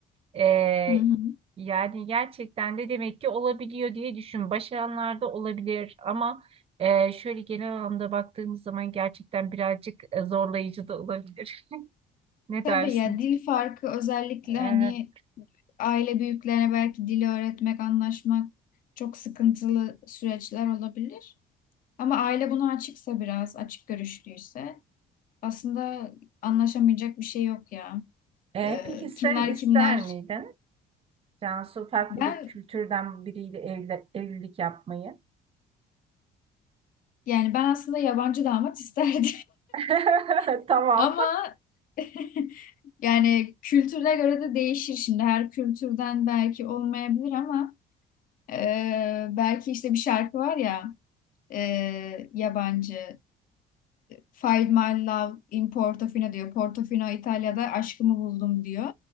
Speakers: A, on the right; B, on the left.
A: Ee,
B: Hı hı.
A: yani gerçekten de demek ki olabiliyor diye düşün. Başaranlarda olabilir ama e, şöyle genel anlamda baktığımız zaman gerçekten birazcık e, zorlayıcı da olabilir. <laughs> Ne
B: Tabii
A: dersin?
B: ya dil farkı özellikle
A: Evet.
B: hani aile büyüklerine belki dili öğretmek, anlaşmak çok sıkıntılı süreçler olabilir. Ama aile buna açıksa biraz, açık görüşlüyse aslında anlaşamayacak bir şey yok ya.
A: Ee,
B: Ee,
A: peki sen
B: kimler
A: ister
B: kimler.
A: miydin Cansu farklı
B: Ben
A: bir kültürden biriyle evli, evlilik yapmayı?
B: yani ben aslında yabancı damat isterdim.
A: <laughs>
B: <laughs>
A: Tamam.
B: Ama <laughs> yani kültüre göre de değişir şimdi. Her kültürden belki olmayabilir ama e, belki işte bir şarkı var ya e, yabancı. Find my love in Portofino diyor. Portofino İtalya'da aşkımı buldum diyor.